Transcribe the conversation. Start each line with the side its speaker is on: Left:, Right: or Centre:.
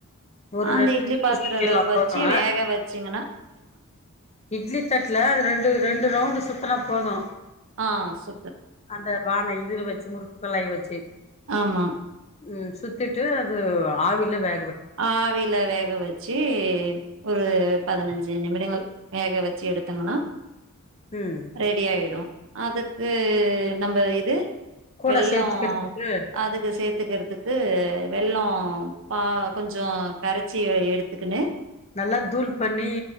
Left: ஒரு
Right: அந்த
Left: ரெண்டு
Right: இட்லி
Left: சுத்து
Right: பாத்திரல
Left: சுத்திர்லா
Right: வச்சி
Left: போது
Right: வேக வெச்சிங்கன்னா
Left: இட்லி தட்ல அது ரெண்டு ரெண்டு ரவுண்டு சுத்தனா போது
Right: ஆஹ் சு
Left: அந்த வான இருக வச்சு முறுக் குழாய் வச்சி
Right: ஆமா
Left: உம் சுத்திட்டு அது ஆவில வே
Right: ஆஹவியில வேக வச்சு ஒரு பதினஞ்சு நிமிடங்கள் வேக வச்சு எத்துங்கனா
Left: ம்
Right: ரெடி ஆயிடும் அதுக்கு நம்ம இது
Left: கூட
Right: வெள்ளம்
Left: சேத்துக்கிறதுக்கு
Right: அதுக்கு சேர்த்துக்கிறதுக்கு வெள்ளம் ஆஹ் கொஞ்சம் கரைச்சி எடுத்துக்கனுு
Left: நல்லா தூள் பண்ணி